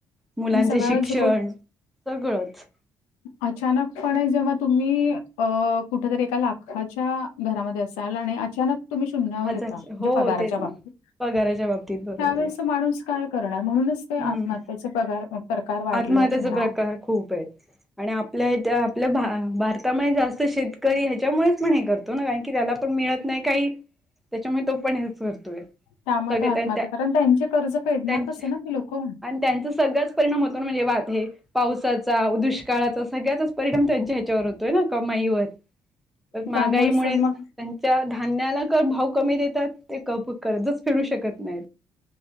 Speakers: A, in the centre; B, on the left (about 70°).
A: मुलांचे
B: मग सगळ्याच
A: शिक्षण सगळंच
B: अचानक पण आहे जेव्हा तुम्ही अ कुठेतरी एका लाखाच्या घरामध्ये असाल आणि अचानक तुम्ही शून्यावर
A: हजार
B: येता म्हणजे
A: हो
B: पगाराच्या
A: तेच ना
B: बाबतीत
A: पगाराच्या बाबतीत बरोबर
B: त्यावेळे
A: आहे
B: माणूस काय करणार म्हणूनच ते आत्महत्यचे
A: हम्म
B: पगार प्रकार वाढलेत
A: आत्महत्याचे
B: म्हणा
A: प्रकार खूप आहेत आणि आपल्याच्या आपल्या भारतामध्ये जास्त शेतकरी ह्याच्यामुळेच पण हे करत की त्याला पण मिळत नाही काही त्याच्यामुळे तो पण हेच करतोय
B: त्यामुळे
A: सगळे
B: तो आत्महत्या
A: त्यां
B: कारण त्यांचे कर्ज पेडणार
A: त्यांच्या
B: कसे ना की लोक
A: आणि त्यांचा सगळंच परिणाम होतो ना म्हणजे वाात हे पावसाचा दुष्काळाचा सगळ्यातच परिणाम त्यांच्या ह्याच्यावर होतोय ना कमाईवर तरग महागाईमुळे
B: त्यामुळेच तर मग
A: त्यांच्या धान्याला तर भाव कमी देतात ते क करतच फिडू शकत नाही